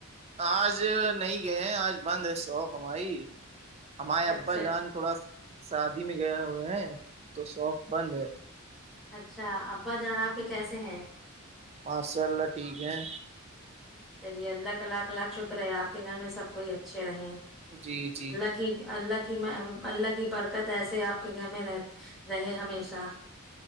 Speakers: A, on the right; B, in the centre.
A: آج نہیں گئے آج بند ہے سو کمائی ہمارے ابا
B: اچھا
A: جان تھوڑا شادی میں گئے ہوئے ہیں تو سوف بند ہے
B: اچھا ابا جانا آپ کے کیسے ہیں
A: ماشاء اللہ ٹھیک ہے
B: چلیے اللہ کا الاکق الاکھ شکر ہے آپ کے گھر میں سب کوئی اچھے رہے
A: جی جی
B: کہ اللہ کی اللہ کی برکت ایسے آپ کے گھر میں رہتی رہے ہمیشہ